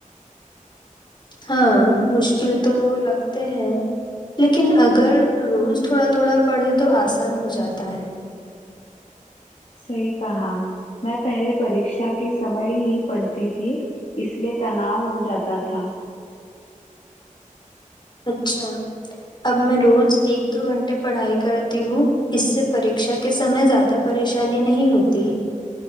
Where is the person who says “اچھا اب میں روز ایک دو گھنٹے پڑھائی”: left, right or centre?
Left